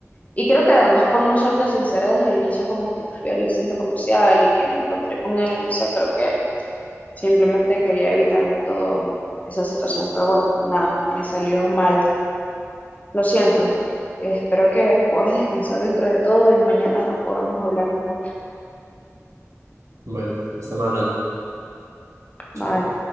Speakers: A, on the left; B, on the right.
A: y creo que además por no serte sincera desde el inicio, como que fui al centro comercial y que me encontré con él, o sea, creo que simplemente quería evitarme toda esa situación, pero bueno, nada, me salió mal. Lo siento, espero que puedas descansar dentro de todo y mañana podamos hablar mejor.
B: Bueno, estamos hablando.
A: Bye.
B: Chao.